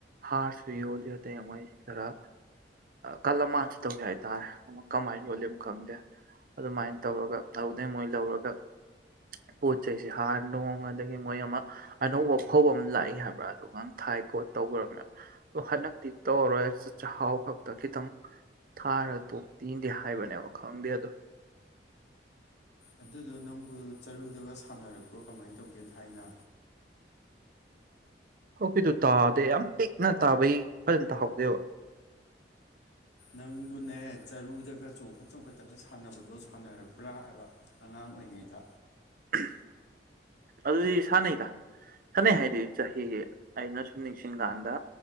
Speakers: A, on the right (about 50°); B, on the left (about 75°).
A: ꯍꯥꯔꯁꯨ ꯌꯣꯜꯂꯤ ꯑꯗꯩ ꯃꯣꯢ ꯈꯔ ꯀꯜꯂꯝꯃꯥꯟꯁꯨ ꯇꯧꯗꯦ ꯍꯥꯏꯇꯥꯔꯦ ꯑꯃꯨꯛ ꯀꯃꯥꯏꯅ ꯌꯣꯜꯂꯤꯅꯣ ꯈꯪꯗꯦ ꯑꯗꯨꯃꯥꯏ ꯇꯧꯔꯒ ꯑꯗꯨꯗꯩ ꯃꯣꯏ ꯂꯧꯔꯒ ꯄꯣꯠ ꯆꯩꯁꯦ ꯍꯥꯔ ꯅꯨꯡ ꯃꯗꯒꯤ ꯃꯣꯏ ꯑꯃ ꯑꯅꯧꯕ ꯐꯧ ꯑꯃ ꯂꯥꯛꯏ ꯍꯥꯏꯕ꯭ꯔꯥ ꯑꯗꯨꯒꯥꯡ ꯊꯥꯏ ꯈꯣꯠ ꯇꯧꯒ꯭ꯔꯕꯅꯦ ꯑꯗꯣ ꯍꯟꯗꯛꯇꯤ ꯇꯧꯔꯔꯣꯏ ꯆꯥꯍꯥꯎ ꯈꯛꯇ ꯈꯤꯇꯪ ꯊꯥꯔꯒ ꯇꯣꯛꯅꯤꯗꯤ ꯍꯥꯏꯕꯅꯦꯕ ꯈꯪꯗꯦ ꯑꯗꯣ
B: ꯑꯗꯨꯗꯣ ꯅꯪꯕꯨ ꯆꯔꯨꯗꯒ ꯁꯥꯟꯅꯔꯛꯄ꯭ꯔꯣ ꯀꯃꯥꯏ ꯇꯧꯒꯦ ꯊꯥꯏꯅ
A: ꯍꯣꯄꯤꯗꯨ ꯇꯥꯗꯦ ꯌꯥꯝ ꯄꯤꯛꯅ ꯇꯥꯕꯩ ꯐꯖꯅ ꯇꯥꯍꯧꯗꯦꯕ
B: ꯅꯪꯕꯨꯅꯦ ꯆꯔꯨꯗꯒ ꯆꯣꯡꯈꯠ ꯆꯣꯡꯈꯠꯇꯒ ꯁꯥꯟꯅꯕꯗꯣ ꯁꯥꯟꯅꯔꯛꯄ꯭ꯔꯥ ꯍꯥꯏꯕ ꯑꯉꯥꯡ ꯑꯣꯏꯉꯩꯗ
A: <inaudible> ꯑꯗꯨꯗꯤ ꯁꯥꯟꯅꯩꯗ ꯁꯥꯟꯅꯩ ꯍꯥꯏꯗꯤ ꯆꯍꯤ ꯑꯩꯅ ꯁꯨꯝ ꯅꯤꯡꯁꯤꯡꯀꯥꯟꯗ